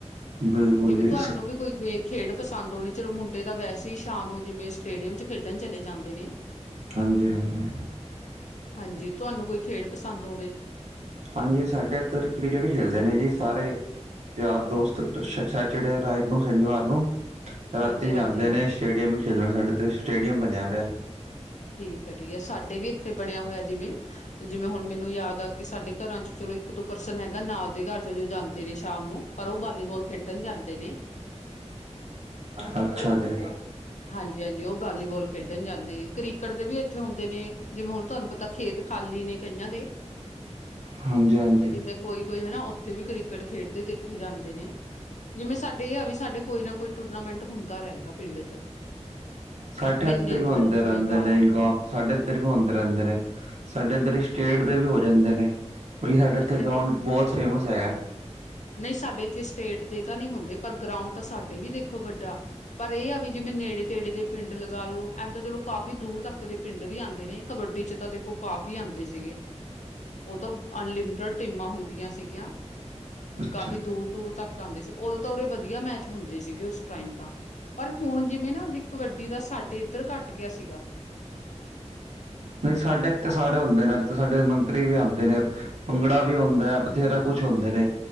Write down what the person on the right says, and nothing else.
ਬਿਲਕੁਲ
ਜੀ
ਸ
ਹਾਂਜੀ-ਹਾਂਜੀ।
ਹਾਂਜੀ, ਸਾਡੇ ਇੱਧਰ ਕ੍ਰਿਕਟ ਖੇਡਦੇ ਨੇ ਜੀ ਸਾਰੇ ਯਾਰ ਦੋਸਤ
ਜਿਹੜੇ ਰਾਈਟ ਨੂੰ ਸ਼ਨੀਵਾਰ ਨੂੰ ਰਾਤੀ
ਜਾਂਦੇ ਨੇ? ਸਟੇਡੀਅਮ ਵੀ ਖੇਡਣ ਸਾਡੇ, ਤੇ ਸਟੇਡੀਅਮ ਬਣਿਆ ਪਿਆ
<inaudible> ਅੱਛਾ ਜੀ।
ਹਾਂਜੀ-ਹਾਂਜੀ।
ਸਾਡੇ
ਇਥੇ ਵੀ ਹੋਂਦੇ
ਰਹਿੰਦੇ
ਨੇਂ ਗਾ ਸਾਡੇ ਇੱਧਰ ਵੀ ਹੁੰਦੇ ਰਹਿੰਦੇ ਨੇ, ਸਾਡੇ ਇੱਧਰ ਹੀ ਸਟੇਟ ਦੇ ਵੀ ਹੋ ਜਾਂਦੇ ਨੇ। ਵੀ ਸਾਡੇ ਇੱਥੇ
ਗਰਾਊਂਡ ਬਹੁਤ ਫੇਮਸ ਹੈਗਾ।
ਅੱਛਾ
ਨਹੀਂ, ਸਾਡੇ ਇੱਥੇ
ਸਾਰੇ
ਹੁੰਦੇ ਨੇ ਤੇ ਸਾਡੇ ਮੰਤਰੀ ਵੀ ਆਉਂਦੇ ਨੇ। ਬੰਗੜਾ ਵੀ ਹੁੰਦਾ ਹੈ, ਬਥੇਰਾ ਕੁੱਛ ਹੁੰਦੇ ਨੇ,